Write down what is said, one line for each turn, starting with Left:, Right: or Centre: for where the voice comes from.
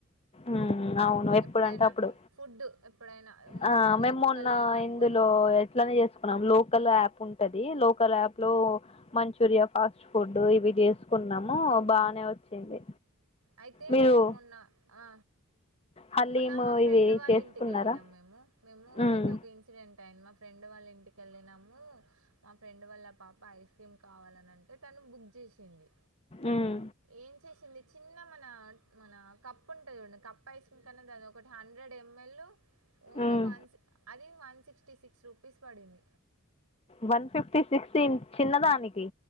Left: ఉమ్ అవును ఎప్పుడంటే
Right: ఎప్పుడైనా
Left: అప్పుడు
Right: ఫుడ్ ఎప్పుడైనా మనకి
Left: ఆ మేము
Right: ఓపికలు
Left: మొన్న
Right: ఏమ అనుకున్నా
Left: ఇందులో ఎట్లనే చేసుకున్నా లో లోకల్ యాప్ ఉంటది లోకల్ యాప్ లో మంచూరియా ఫాస్ట్ ఫుడ్ ఇవి చేసుకున్నాము బానే వచ్చింది
Right: అయితే
Left: మీరు
Right: నేను ము న్న అ
Left: హలీము
Right: మొన్న మా ఫ్రెండ్
Left: ఇవి
Right: వాళ్ళ
Left: చేసుకున్నారా
Right: ఇంటికి వెళ్ళినం మేము మేము
Left: ఉమ్
Right: అయితే ఒక ఇన్సిడెంట్ అయింది మా ఫ్రెండ్ వాళ్ళ ఇంటకిళ్ళినము మా ఫ్రెండ్ వళ్ల పాప ఐస్ క్రీమ్ కావాలనింటే తను బుక్ చేసింది
Left: ఉమ్
Right: ఏం చేసింది ఇంకా మన మన కప్పు ఉంటంది చూడండి కప్పు ఐస్ క్రీమ్ కన్నా దాది ఒకటి hundred ML only
Left: um
Right: one అది వన్ సిక్స్టీ సిక్స్ రూపీస్ పడింది
Left: వన్ ఫిఫ్టీ సిక్స్ చిన్నదానికి